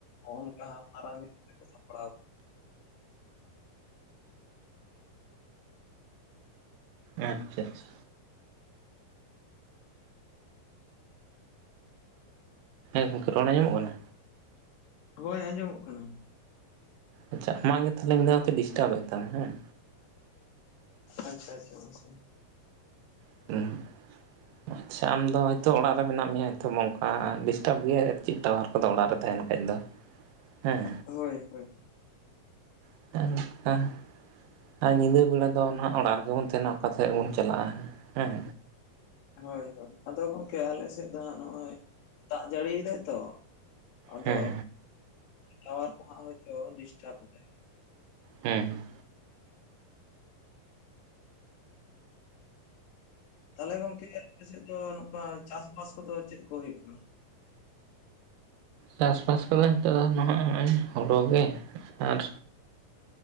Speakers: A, on the left; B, on the right.
A: ᱚᱱᱠᱟ ᱦᱟᱜ ᱢᱟᱨᱟᱝ ᱧᱚᱜ, ᱛᱮᱠᱚ ᱥᱟᱯᱲᱟᱣ
B: ᱟᱪᱪᱷᱟ ᱪᱷᱟ। ᱜᱚᱢᱠᱮ ᱨᱚᱲ ᱟᱸᱡᱚᱢᱚᱜ ᱠᱟᱱᱟ?
A: ᱦᱳᱭ ᱟᱸᱡᱚᱢᱚᱜ ᱠᱟᱱᱟ ᱾
B: ᱟᱪᱪᱷᱟ ᱟᱢᱟᱜ ᱜᱮ ᱛᱟᱦᱚᱞᱮ ᱢᱤᱫ ᱫᱷᱟᱣ ᱛᱮ ᱰᱤᱥᱴᱟᱵ ᱮᱫ ᱛᱟᱢᱟ ᱦᱮᱸ
A: ᱟᱪᱪᱷᱟ ᱟᱪᱪᱷᱟ ᱟᱪᱪᱷᱟ
B: <unintelligible> ᱟᱪᱪᱷᱟ ᱟᱢᱫᱚ ᱦᱳᱭᱛᱳ ᱚᱲᱟᱜ ᱨᱮ ᱢᱮᱱᱟᱜ ᱢᱮᱭᱟ ᱛᱳ ᱱᱚᱝᱠᱟ ᱰᱤᱥᱴᱟᱵᱽ ᱜᱮᱭᱟ ᱟᱨ ᱪᱮᱫ ᱴᱟᱣᱟᱨ ᱠᱚᱫᱚ ᱚᱲᱟᱜ ᱨᱮ ᱛᱟᱸᱦᱮᱱ ᱠᱷᱟᱡ ᱫᱚ ᱦᱮᱸ
A: ᱦᱳᱭ ᱦᱳᱭ
B: <unintelligible> ᱟᱨ ᱧᱤᱫᱟᱹ ᱵᱮᱲᱟ ᱫᱚ ᱱᱟᱦᱟᱜ ᱚᱲᱟᱜ ᱨᱮᱜᱮ ᱵᱚᱱ ᱛᱟᱦᱮᱱᱟ ᱚᱠᱟ ᱥᱮᱫ ᱵᱚᱱ ᱪᱟᱞᱟᱜᱼᱟ ᱦᱮᱸ
A: ᱦᱳᱭ ᱦᱳᱭ ᱟᱫᱚ ᱜᱚᱢᱠᱮ ᱟᱞᱮ ᱥᱮᱫ ᱫᱚ ᱱᱚᱜᱼᱚᱭ ᱫᱟᱜ ᱡᱟᱹᱲᱤᱭᱮᱫᱟᱭ ᱛᱚ ᱟᱫᱚ
B: ᱦᱮᱸ
A: ᱴᱟᱣᱟᱨ ᱠᱚᱸᱦᱟᱜ ᱦᱳᱭ ᱛᱚ ᱰᱤᱥᱴᱟᱯ ᱮᱫᱟᱭ᱾
B: ᱦᱮᱸ
A: ᱛᱟᱦᱚᱞᱮ ᱜᱚᱝᱠᱮ ᱟᱯᱮᱥᱮᱫ ᱫᱚ ᱱᱚᱝᱠᱟ ᱪᱟᱥᱵᱟᱥ ᱠᱚᱫᱚ ᱪᱮᱫ ᱠᱚ ᱦᱩᱭᱩᱜ ᱠᱟᱱᱟ?
B: ᱪᱟᱥᱵᱟᱥ ᱠᱚᱫᱚ ᱱᱤᱛᱚᱜ ᱫᱚ ᱱᱚᱜ ᱚᱭ ᱦᱩᱲᱩᱜ ᱜᱮ ᱟᱨ